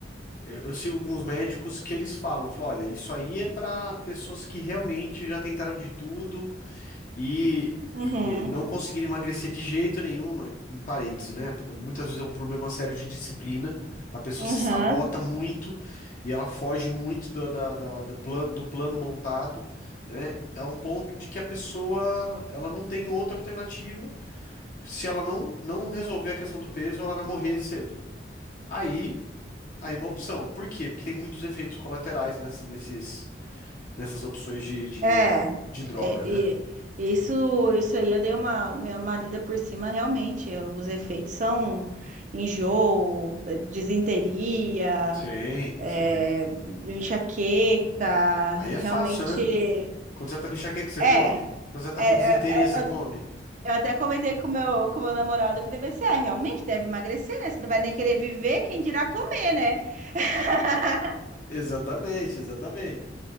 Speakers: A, on the left; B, on the right.
A: Eu eu sigo alguns médicos que eles falam, falam, olha, isso aí é para pessoas que realmente já tentaram de tudo e,
B: Uhum.
A: e não conseguiram emagrecer de jeito nenhum, em parênteses, né? Muitas vezes é um problema sério de disciplina, a pessoa
B: Uhum.
A: se sabota muito e ela foge muito do, da, da- da plan- do plano montado, né? A um ponto de que a pessoa ela não tem outra alternativa. Se ela não, não resolver a questão do peso, ela vai morrer cedo. Aí Aí é uma opção. Por quê? Porque tem muitos efeitos colaterais nesse- nesses, nessas opções de, de,
B: É,
A: de droga,
B: é,
A: né?
B: é, isso, isso aí eu dei uma, uma lida por cima, realmente. Os efeitos são enjoo, disenteria,
A: Sim,
B: é,
A: sim.
B: enxaqueca,
A: Aí é
B: realmente.
A: fácil, né? Quando você tá com enxaqueca, você
B: É,
A: come.
B: é,
A: Quando você tá
B: é,
A: com disenteria,
B: é,
A: você
B: eu
A: come.
B: eu até comentei com meu, com meu namorado, eu falei, mas você é, realmente deve emagrecer, né? Você não vai nem querer viver, quem dirá comer, né? <laughs>
A: Exatamente, exatamente.